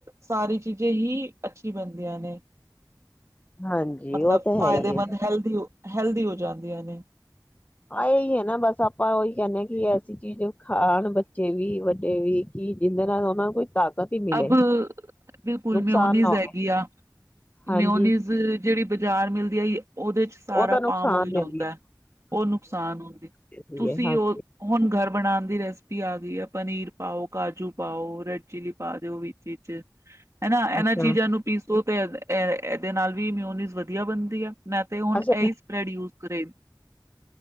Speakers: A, on the right; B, on the left.
A: ਸਾਰੀ ਚ ਚੀਜ਼ਾਂ ਹੀ ਅੱਛੀ ਬਣਦੀਆਂ ਨੇ।
B: ਹਾਂਜੀ
A: ਮਤਲਬ
B: ਉਹ ਤਾਂ
A: ਫਾਇਦੇਮੰਦ,
B: ਹੈ ਹੀ ਹੈ
A: ਹੈਲਦੀ ਹੋ ਹੈਲਦੀ ਹੋ ਜਾਂਦੀਆਂ ਨੇ।
B: ਆ ਇਹੀ ਹੈ ਨਾ ਬਸ ਆਪਾਂ ਉਹੀ ਕਹਿੰਦੇ ਹਾਂ ਕਿ ਐਸੀ ਚੀਜ਼ ਖਾਣ ਬੱਚੇ ਵੀ, ਵੱਡੇ ਵੀ ਕਿ ਜਿੰਹਦੇ ਨਾਲ ਉਹਨਾਂ ਨੂੰ ਕੋਈ ਤਾਕਤ ਹੀ ਮਿਲੇ
A: ਅਬ ਬਿਲਕੁਲ
B: ਨੁਕਸਾਨ
A: ਮਿਓਨੀਜ਼
B: ਨਾ ਹੋਵੇ
A: ਹੈਗੀ ਆ,
B: ਹਾਂਜੀ
A: ਮਿਓਨੀਜ਼ ਜਿਹੜੀ ਬਾਜ਼ਾਰ ਮਿਲਦੀ ਉਹੀ ਉਹਦੇ 'ਚ ਸਾਰਾ
B: ਉਹ ਤਾਂ ਨੁਕਸਾਨ
A: ਪਾਮ ਓਇਲ
B: ਦਿੰਦੀ
A: ਹੁੰਂਦਾ ਹੈ। ਉਹ ਨੁਕਸਾਨ ਦਿੰਦਾ
B: ਸੀਗੇ
A: ਤੁਸੀਂ
B: ਹਾਂਜੀ
A: ਉਹ ਹੁਣ ਘਰ ਬਣਾਉਣ ਦੀ ਰੈਸਪੀ ਟੀ ਆ ਗਈ ਹੈ ਪਨੀਰ ਪਾਓ, ਕਾਜੂ ਪਾਓ, ਰੇਡ ਚਿੱਲੀ ਪਾ ਦਿਓ ਵਿੱਚ 'ਚ ਹੈਨਾ ਇਹਨਾਂ
B: ਅੱਛਾ
A: ਚੀਜ਼ਾਂ ਨੂੰ ਪੀਸੋ ਤੇ ਇਹ- ਇਹ ਇਹਦੇ ਨਾਲ ਵੀ ਮਿਊਨੀਜ਼ ਵਧੀਆ ਬਣਦੀ ਐ। ਨਾ ਤਾਂ ਹੁਣ
B: ਅੱਛਾ
A: ਇਹ ਸਪਰੈਡ ਯੂਜ ਕਰੇ।